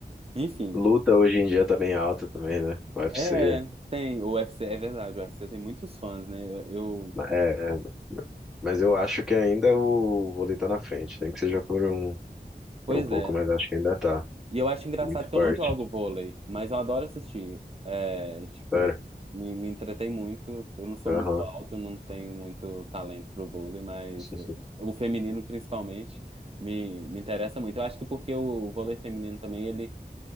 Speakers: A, on the right; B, in the centre.
A: enfim.
B: Luta hoje em dia tá bem alta também, né? UFC.
A: É, tem. O UFC, é verdade, o UFC tem muitos fãs, né? Eu, eu-
B: Ma- é, mas eu acho que ainda o vôlei tá na frente, nem que seja por um,
A: pois
B: por um pouco,
A: é.
B: mas acho que ainda tá.
A: E eu acho engraçado
B: Muito
A: que
B: forte.
A: eu não jogo vôlei, mas eu adoro assistir. É, tipo,
B: Pera.
A: me, me entretei muito. Eu não sou
B: Aham.
A: muito alto, não tenho muito talento pro vôlei, mas
B: <laughs>
A: eu- o feminino, principalmente, me, me interessa muito. Eu acho que porque o vôlei feminino também, ele